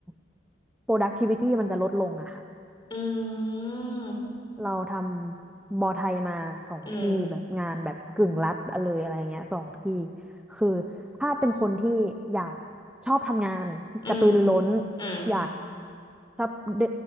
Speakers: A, in the centre; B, on the left.
A: ำ productivity มันจะลดลงอะค่ะ
B: อืม
A: เราทำบอไทยมาสองที่แบบงานแบบกึ่งรัฐเลยอะไรเงี้ยสองที่
B: อืม
A: คือถ้าเป็นคนที่อยากชอบทำงานกระตือรือร้น
B: อืมอืม
A: อยากซับเด